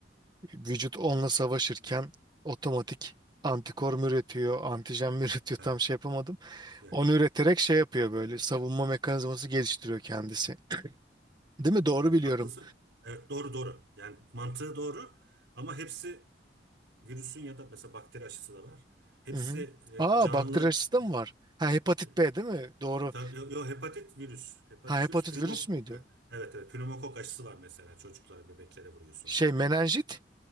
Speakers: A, on the right (about 25°); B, on the right (about 75°).
A: vücut onunla savaşırken otomatik antikor mu üretiyor antijen mi <laughs> üretiyor
B: evet.
A: tam şey yapamadım.
B: İşte,
A: Onu üreterek şey yapıyor böyle savunma mekanizması geliştiriyor kendisi. Değil mi? Doğru
B: evet
A: biliyorum.
B: haklısın. Evet doğru doğru. Yani mantığı doğru ama hepsi virüsün ya da mesela bakteri aşısı da var. Hepsi
A: Hı hı. Aa
B: e, canlı
A: bakteri aşısı da mı var? Ha hepatit
B: e, e,
A: B değil mi? Doğru.
B: tabii yo, yo, hepatit virüs. Hepatit
A: Ha hepatit
B: virüs pneumok.
A: virüs müydü?
B: Evet evet evet. pneumokok aşısı var mesela çocuklara, bebeklere vuruyorsun.
A: Şey menenjit